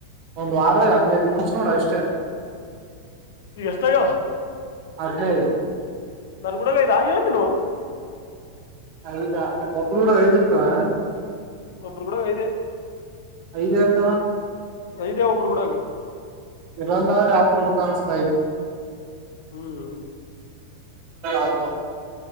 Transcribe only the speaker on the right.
ಒಂದ್ ವಾರದಾಗ ಹದ್ಿನೈದು ಮುಮಷ ನೋಡ ಅಷ್ಟೇ
ಅದೇ
ಹದಾ ಒಬ್ಬರು ಕೂಡ ಐದಿರ್ತಾವ
ಐದ್ ಇರ್ತಾವ
ಇರೊಂದ್ರ ಯತ್ರ ಬ ಸ್ತ
ಆತ